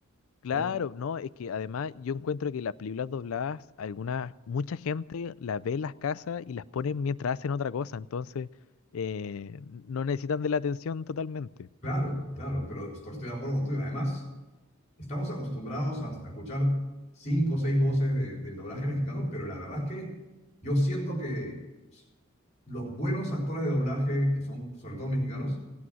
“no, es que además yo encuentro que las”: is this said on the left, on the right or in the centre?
Left